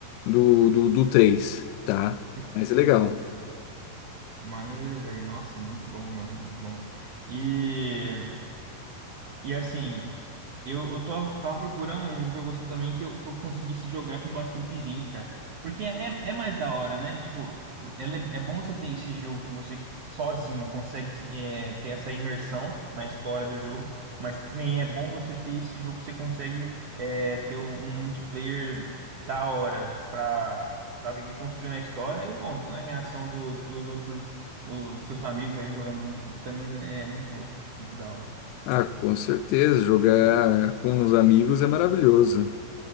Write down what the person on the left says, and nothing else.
do do, do 3, tá?
Mas é legal.
Ah, com certeza, jogar com os amigos é maravilhoso.